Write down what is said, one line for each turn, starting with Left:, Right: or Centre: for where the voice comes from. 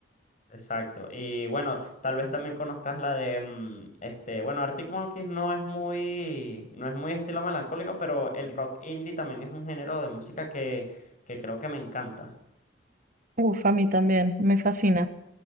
Left: Exacto. Y bueno, tal vez también conozcas la de mm, este, bueno, Arctic Monkeys no es muy, no es muy estilo melancólico, pero el rock indie también es un género de música que, que creo que me encanta.
Right: Uf, a mí también, me fascina,